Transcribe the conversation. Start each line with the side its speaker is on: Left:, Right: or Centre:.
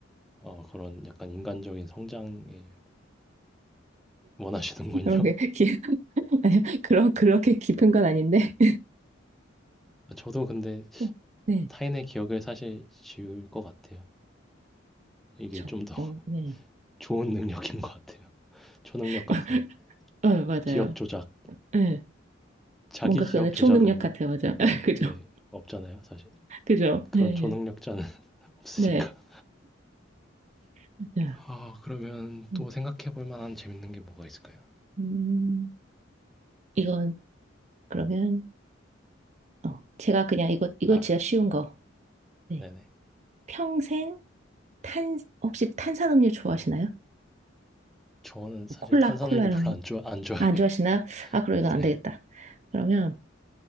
Centre: 어, 그런 약간 인간적인 성장이 원하시는군요.
Right: 그런 게, 기, <laughs> 그런, 그렇게 깊은 건 아닌데.
Centre: 아, 저도 근데
Right: <laughs> 네,
Centre: 타인의 기억을 사실 지울 것 같아요.
Right: 그쵸.
Centre: 이게 좀 더
Right: 어,
Centre: <laughs>
Right: 네.
Centre: 좋은 능력인 것 같아요. 초능력
Right: <laughs>
Centre: 같은
Right: 어, 맞아요.
Centre: 기억 조작.
Right: 예.
Centre: 자기
Right: 뭔가
Centre: 기억
Right: 그거는
Centre: 조작은
Right: 초능력 같아요. 맞아. <laughs>
Centre: 어,
Right: 그죠.
Centre: 네, 없잖아요, 사실.
Right: 그죠.
Centre: 그런
Right: 예.
Centre: 초능력자는 <laughs> 없으니까.
Right: 네. 맞아요.
Centre: 아, 그러면
Right: 음,
Centre: 또 생각해 볼 만한 재밌는 게 뭐가 있을까요?
Right: 음, 이건 그러면, 어, 제가 그냥 이거, 이거
Centre: 아,
Right: 진짜 쉬운 거. 네.
Centre: 네네.
Right: 평생 탄, 혹시 탄산음료 좋아하시나요?
Centre: 저는 사실
Right: 콜라,
Centre: 탄산음료
Right: 콜라 이런
Centre: 별로
Right: 거.
Centre: 안 좋아 안 좋아해.
Right: 아, 안 좋아하시나요? 아,
Centre: <laughs>
Right: 그럼 이건 안
Centre: 네,
Right: 되겠다. 그러면